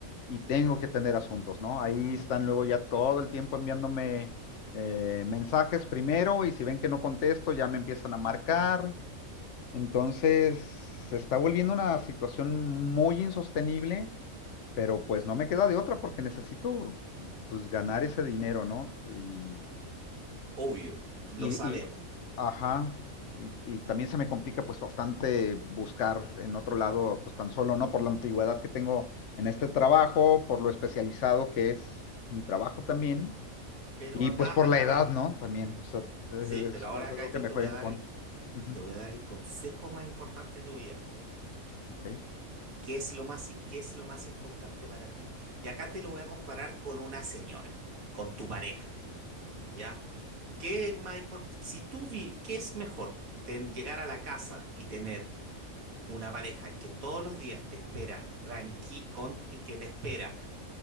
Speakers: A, on the left (about 65°); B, on the right (about 80°).
A: y tengo que atender asuntos, ¿no? Ahí están luego ya todo el tiempo enviándome eh, mensajes primero y si ven que no contesto ya me empiezan a marcar entonces, se está volviendo una situación muy insostenible, pero pues no me queda de otra porque necesito pues ganar ese dinero, ¿no? Y,
B: Obvio,
A: y,
B: lo
A: y-
B: sabemos.
A: y- ajá. Y, y también se me complica pues bastante buscar en otro lado, pues tan solo, ¿no? Por la antigüedad que tengo en este trabajo, por lo especializado que es mi trabajo también,
B: Pero
A: y
B: acá,
A: pues por
B: acá,
A: la edad,
B: vi-
A: ¿no? También, o sea, es,
B: sí, pero ahora
A: es
B: acá
A: algo
B: yo
A: que me
B: te
A: juega
B: voy a
A: en
B: dar
A: contra.
B: el,
A: Ujú,
B: te voy a dar el consejo más importante de tu vida.
A: ok.
B: ¿Qué es lo más, i- qué es lo más importante para ti? Y acá te lo voy a comparar con una señora, con tu pareja. ¿Ya? ¿Qué más import- Si tú vi- ¿qué es mejor? Ten- llegar a la casa y tener una pareja que todos los días te espera tranqui con- que te espera